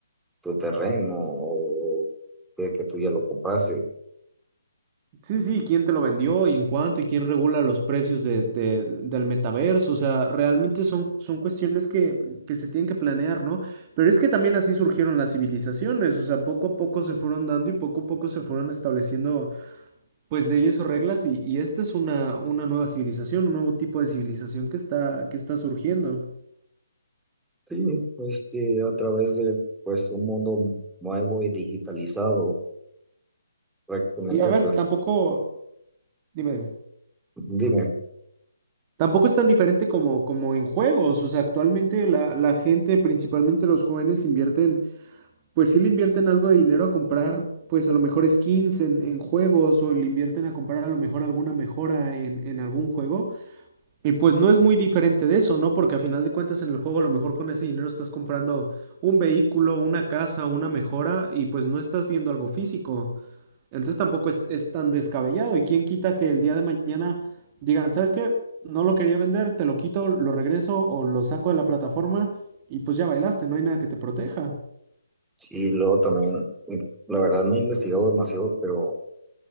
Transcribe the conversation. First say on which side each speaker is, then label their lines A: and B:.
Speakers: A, in the centre; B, on the right.
A: tu terreno o de que tú ya lo compraste.
B: Sí, sí, ¿quién te lo vendió y en cuánto y quién regula los precios de, de- del metaverso? O sea, realmente son, son cuestiones que, que se tienen que planear, ¿no? Pero es que también así surgieron las civilizaciones, o sea, poco a poco se fueron dando y poco a poco se fueron estableciendo pues leyes o reglas y, y esta es una, una nueva civilización, un nuevo tipo de civilización que está, que está surgiendo.
A: Sí, este, a través de pues un mundo nuevo y digitalizado, prácticamente,
B: Y a ver,
A: pues
B: tampoco, dime, dime.
A: dime.
B: Tampoco es tan diferente como, como en juegos, o sea, actualmente la, la gente, principalmente los jóvenes, invierten, pues sí le invierten algo de dinero a comprar, pues a lo mejor skins en, en juegos o le invierten a comprar a lo mejor alguna mejora en, en algún juego. Y pues no es muy diferente de eso, ¿no? Porque a final de cuentas en el juego a lo mejor con ese dinero estás comprando un vehículo, una casa, una mejora y pues no estás viendo algo físico. Entonces tampoco es, es tan descabellado. ¿Y quién quita que el día de mañana digan, ¿sabes qué? No lo quería vender, te lo quito, lo regreso o lo saco de la plataforma y pues ya bailaste, no hay nada que te proteja.
A: Y luego también, la verdad no he investigado demasiado, pero